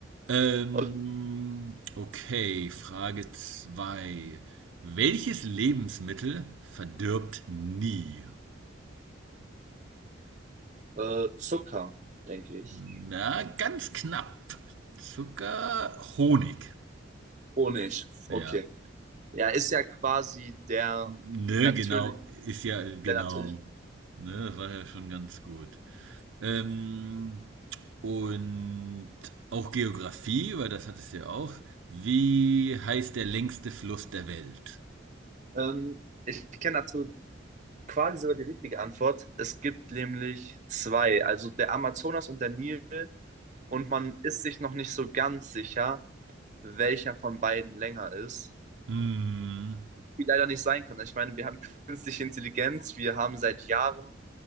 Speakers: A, on the right; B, on the right.
A: Ähm,
B: Und
A: okay, Frage 2. Welches Lebensmittel verdirbt nie?
B: äh, Zucker, denke ich.
A: Na, ganz knapp. Zucker, Honig.
B: Honig,
A: Ja.
B: okay. Ja, ist ja quasi der
A: Ne,
B: natürlich,
A: genau, ist ja, genau.
B: der natürlich.
A: Ne, das war ja schon ganz gut. Ähm, und auch Geografie, weil das hattest du ja auch. Wie heißt der längste Fluss der Welt?
B: Ähm, ich kenne natürlich quasi sogar die richtige Antwort. Es gibt nämlich zwei, also der Amazonas und der Nil, und man ist sich noch nicht so ganz sicher, welcher von beiden länger ist.
A: Hm,
B: wie leider nicht sein kann. Ich meine, wir haben künstliche Intelligenz, wir haben seit Jahren